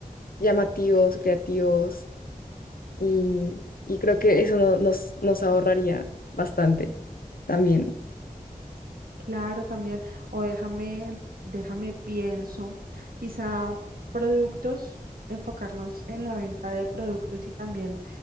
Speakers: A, on the left; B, on the right.
A: llamativos, creativos y, y creo que eso no- nos, nos ahorraría bastante también.
B: claro también. O déjame, déjame pienso, quizá productos, enfocarnos en la venta de productos y también